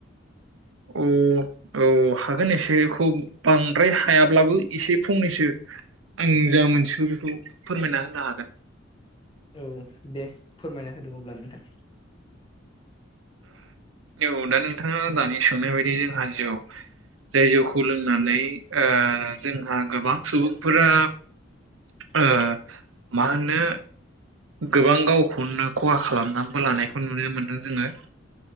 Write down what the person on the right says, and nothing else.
अ। औ हागोन एसेखौ बांद्राय हायाब्लाबो एसे फंनैसो आं जा मोनथिगौ बेखौ फोरमायना होनो हागोन।
औ दा नोंथाङा दानि सोंनाय बायदि जोंहा जौ जाय जौखौ लोंनानै ओ जोंहा गोबां सुबुंफोरा ओ मा होनो गोबां गावखौनो खहा खालामनानैबो लानायखौ नुनो मोनदों जोङो।